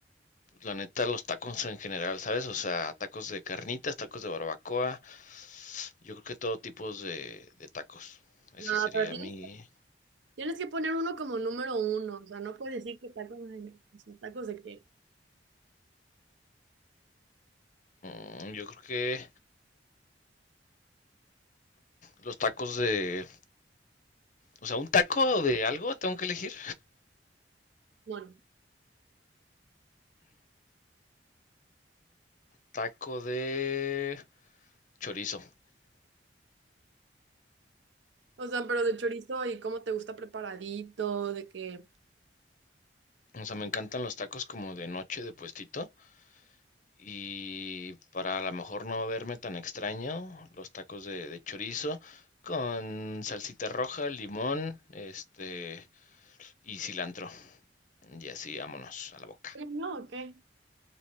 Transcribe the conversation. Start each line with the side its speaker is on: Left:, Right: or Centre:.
Left: la neta, los tacos en general, ¿sabes? O sea, tacos de carnitas, tacos de barbacoa, yo creo que todo tipo de, de tacos. Ese
Right: No,
Left: sería
Right: pero tienes
Left: mi...
Right: que, tienes que poner uno como número uno, o sea, no puedes decir que tacos de, o sea, tacos de qué.
Left: mm, yo creo que los tacos de... O sea, un taco de algo tengo que elegir.
Right: Bueno,
Left: Taco de chorizo.
Right: o sea, pero de chorizo y cómo te gusta preparadito, de que...
Left: O sea, me encantan los tacos como de noche de puestito. Y para a lo mejor no verme tan extraño, los tacos de, de chorizo con salsita roja, limón, este y cilantro. Y así, vámonos a la boca.
Right: Eh, No, ¿o qué?